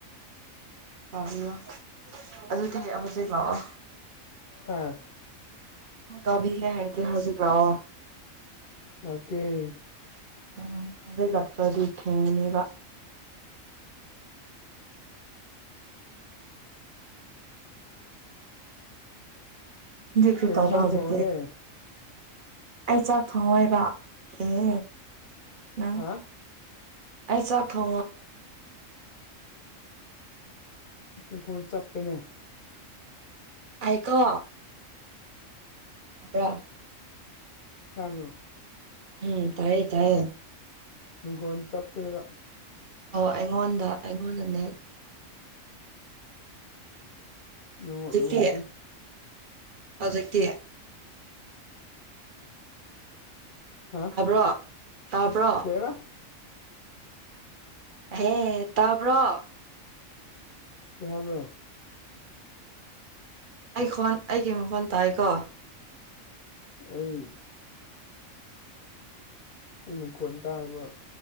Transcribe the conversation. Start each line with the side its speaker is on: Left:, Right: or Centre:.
Right: ꯇꯥꯕꯤꯌꯣ ꯑꯗꯨꯗꯤ ꯍꯧꯖꯤꯛ ꯂꯥꯛꯑꯣ
Left: ꯍꯥꯝ
Right: ꯀꯕꯤꯒ ꯍꯥꯏꯗꯤꯦ ꯍꯧꯁꯨꯛꯇꯑꯣ
Left: ꯑꯀꯦꯜ
Right: ꯎꯝ ꯑꯗꯨꯗꯩ ꯂꯥꯛꯁꯗꯤ ꯈꯦꯅꯦꯕ ꯕꯤꯈ꯭ꯔꯤꯇꯐꯗ
Left: ꯀꯩ ꯏꯟꯁꯥꯡ ꯊꯣꯡꯉꯒꯦ
Right: ꯑꯩ ꯆꯥꯛ ꯊꯣꯡ ꯍꯥꯏꯕ ꯑꯦ ꯅꯪ
Left: ꯍꯥ
Right: ꯑꯦꯁꯥ ꯈ
Left: ꯁꯪꯈꯣꯜ ꯆꯠꯄꯅꯦ
Right: ꯑꯩꯀꯣ ꯑ꯭ꯔꯥ
Left: ꯑꯗꯣ
Right: ꯎꯝ ꯇꯥꯏ ꯇꯥꯏꯌꯦ
Left: ꯪꯒꯣꯟ ꯆꯞꯄꯦꯕ
Right: ꯑꯣ ꯑꯩꯉꯣꯟꯗ ꯑꯩꯉꯣꯟꯗꯅꯦ
Left: ꯎꯝ ꯅꯦꯠꯋꯥꯛ
Right: ꯍꯧꯖꯤꯛꯇꯤ
Left: ꯅꯨꯡꯉꯥꯏꯇꯦ
Right: ꯍꯧꯖꯤꯛꯇꯤ
Left: ꯍꯥ
Right: ꯇꯄꯣ ꯇꯥꯄꯣ
Left: ꯀꯩꯕ
Right: ꯍꯦ ꯇꯄꯣ
Left: ꯀꯩꯕ
Right: ꯑꯩꯟ ꯑꯩꯒꯤ ꯃꯈꯣꯟ ꯇꯥꯏ ꯀꯣ
Left: ꯑꯩ ꯑꯩꯅ ꯈꯣꯟ ꯇꯥꯕ